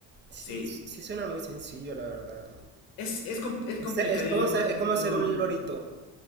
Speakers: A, on the right; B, on the left.
A: Sí,
B: Sí,
A: sí suena muy sencillo, la verdad.
B: es, es, com- es
A: Es,
B: complicadillo
A: es como ser,
B: más
A: es
B: que
A: como
B: todo,
A: ser un lorito.